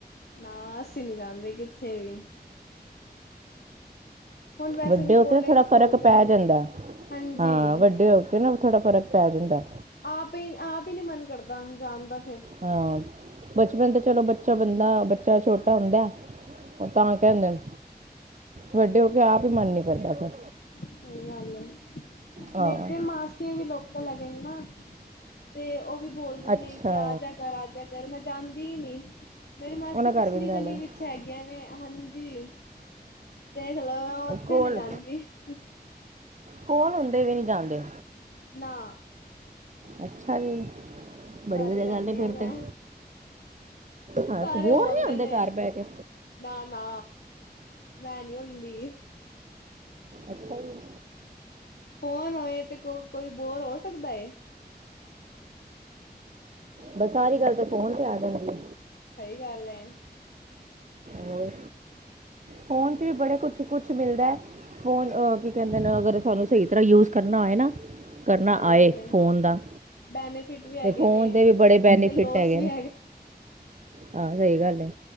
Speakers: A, on the left; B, on the right.
A: ਨਾ, ਅਸੀਂ ਨੀ ਜਾਂਦੇ ਕਿੱਥੇ ਵੀ। ਹੁਣ ਵੈਸੇ
B: ਵੱਡੇ
A: ਵੀ
B: ਹੋ ਕੇ
A: ਕੋਲੇਜ
B: ਨਾ ਥੋੜਾ
A: ਖੁੱਲ
B: ਫ਼ਰਕ
A: ਜਾਣਗੇ
B: ਪੈ ਜਾਂਦਾ,
A: ਹਾਂਜੀ।
B: ਹਾਂ ਵੱਡੇ ਹੋ ਕੇ ਨਾ ਥੋੜਾ ਫ਼ਰਕ ਪੈ ਜਾਂਦਾ।
A: ਆਪ ਹੀ, ਆਪ ਹੀ ਨੀ ਮਨ ਕਰਦਾ ਹੁਨ ਜਾਣ ਦਾ ਫੇਰ।
B: ਹਾਂ। ਬਚਪਨ ਤੇ ਚਲੋ ਬੱਚਾ ਬੰਦਾ ਬੱਚਾ ਛੋਟਾ ਹੁੰਦਾ। ਉਹ ਤਾਂ ਕਹਿੰਦੇ, ਵੱਡੇ ਹੋ ਕੇ ਆਪ ਹੀ ਮਨ ਨੀ ਕਰਦਾ ਫਿਰ।
A: ਸਹੀ ਗੱਲ, ਏ
B: ਹਾਂ
A: ਮੇਰੇ ਤੇ ਮਾਸੀਆਂ ਵੀ ਲੋਕਲ ਹੈਗੇ ਨੇ ਨਾ। ਤੇ ਉਹ ਵੀ ਬੋਲਦੇ
B: ਅੱਛਾ
A: ਨੇ ਕਿ ਆ ਜਾ ਕਰ, ਆ ਜਾ ਕਰ, ਮੈਂ ਜਾਂਦੀ ਹੀ ਨੀ। ਮੇਰੀ ਮਾਸੀ
B: ਉਹਨਾਂ
A: ਪਿਛਲੀ
B: ਘਰ ਵੀ ਨਹੀਂ ਜਾਂਦਾ
A: ਗਲੀ ਵਿੱਚ ਹੈਗੀਆਂ ਨੇ, ਹਾਂਜੀ। ਦੇਖ ਲੋ ਮੈਂ ਉੱਥੇ
B: ਕੋਲ
A: ਨੀ ਜਾਂਦੀ। ਇੱਕ
B: ਕੋਲ ਹੁੰਦੇ ਵੀ ਨਹੀਂ ਜਾਂਦੇ।
A: ਨਾ
B: ਅੱਛਾ ਜੀ। ਬੜੀ
A: ਕਰ
B: ਵਧੀਆ
A: ਹੀ ਰਹਿੰਦੀ
B: ਗੱਲ ਹੈ ਫਿਰ
A: ਹਾ ਮੈਂ,
B: ਤੇ ਹਾਂ
A: ਸਾਰੇ
B: ਬੋਰ
A: ਬੋਲਦੇ
B: ਨਹੀਂ ਹੁੰਦੇ
A: ਨੇ।
B: ਘਰ ਬੈ ਕੇ
A: ਨਾ- ਨਾ, ਮੈਂ ਨੀ ਹੁੰਦੀ।
B: ਅੱਛਾ ਜੀ।
A: ਫੋਨ ਹੋਏ ਤੇ, ਕੋ- ਕੋਈ ਬੋਰ ਹੋ ਸਕਦਾ।
B: ਬਸ ਸਾਰੀ ਗੱਲ ਤੇ ਫੋਨ ਤੇ ਆ ਜਾਂਦੀ ਆ।
A: ਸਹੀ ਗੱਲ ਏ।
B: ਹੋਰ, ਫ਼ੋਨ 'ਚ ਵੀ ਬੜਾ ਕੁਛ- ਕੁਛ ਮਿਲਦਾ ਹੈ। ਫ਼ੋਨ ਅਹ ਕੀ ਕਹਿੰਦੇ ਨੇ ਅਗਰ ਸਾਨੂੰ ਸਹੀ ਤਰ੍ਹਾਂ ਯੂਜ ਕਰਨਾ ਆਏ ਨਾ। ਕਰਨਾ
A: ਸਹੀ
B: ਆਏ,
A: ਗੱਲ ਏ
B: ਫ਼ੋਨ ਦਾ।
A: ਬੈਨੀਫਿਟ ਵੀ ਹੈਗੇ
B: ਤੇ ਫ਼ੋਨ
A: ਨੇ
B: ਦੇ ਵੀ ਬੜੇ ਬੈਨੀਫਿਟ
A: ਤੇ ਲੋਸ
B: ਹੈਗੇ
A: ਵੀ
B: ਨੇ। ਹਾਂ। ਸਹੀ ਗੱਲ ਹੈ।